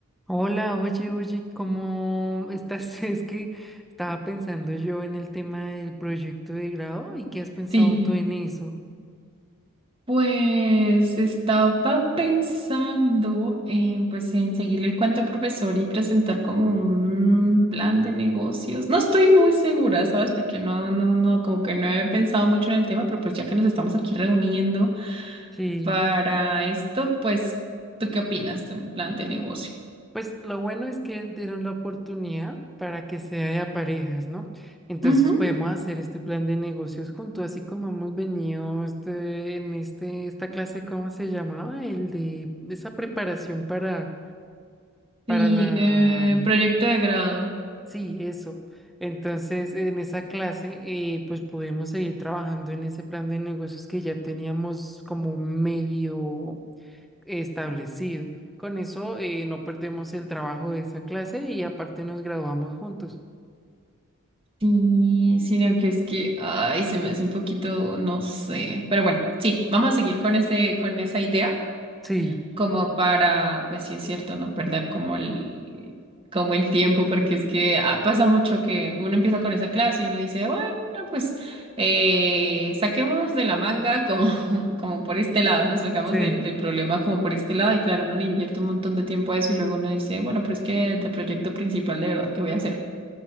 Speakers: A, in the centre; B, on the right (about 25°).
A: Hola, oye, oye, ¿cómo estás? <laughs> Es que estaba pensando yo en el tema del proyecto de grado y qué has pensado
B: Sí,
A: tú en eso.
B: pues estaba pensando en, pues, en seguirle el cuento al profesor y presentar como un plan de negocios. No estoy muy segura, ¿sabes? Porque no, no, no, como que no he pensado mucho en el tema, pero pues ya que nos estamos aquí reuniendo
A: Sí,
B: para esto, pues, ¿tú qué opinas de un plan de negocio?
A: pues lo bueno es que dieron la oportunidad para que sea de a parejas, ¿no? Entonces
B: Ujú.
A: podemos hacer este plan de negocios juntos, así como hemos venido este, en este, esta clase, ¿cómo se llamaba? El de esa preparación para, para
B: Sí,
A: la
B: eh, proyecto de grado.
A: Sí, eso. Entonces, en esa clase, eh, pues pudimos seguir trabajando en ese plan de negocios que ya teníamos como medio establecido. Con eso, eh, no perdemos el trabajo de esa clase y aparte nos graduamos juntos.
B: Sí, sino que es que, ay, se me hace un poquito, no sé. Pero bueno, sí, vamos a seguir con este, con esa idea,
A: Sí,
B: como para, pues sí es cierto, no perder como el, como el tiempo, porque es que ah, pasa mucho que uno empieza con esa clase y uno dice, bueno, pues eh, saquemos de la manga como, <laughs> como por este lado, no salgamos
A: sí,
B: del, del problema como por este lado. Y claro, uno le invierte un montón de tiempo a eso y luego uno dice, bueno, pero es que de proyecto principal de verdad, ¿qué voy a hacer?